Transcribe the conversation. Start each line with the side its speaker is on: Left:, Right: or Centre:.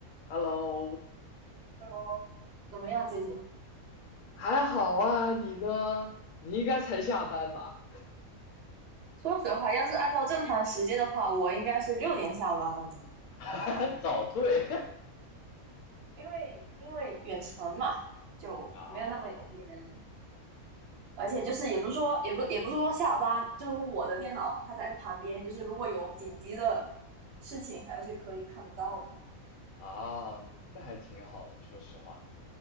Left: Hello，
Right: 哦，怎么样最近？
Left: 还好啊，你呢？你应该才下班吧？
Right: 说实话，要是按照正常时间的话，我应该是六点下班了。
Left: <laughs> 哈哈，
Right: 但没，
Left: 早退
Right: 因为因为远程嘛，就没有那么严。
Left: <laughs> 啊，
Right: 而且就是也不是说，
Left: 就
Right: 也不也不是说下班，就是我的电脑它在旁边，就是如果有紧急的事情，还是可以看得到的。
Left: 啊，那还挺好的，说实话，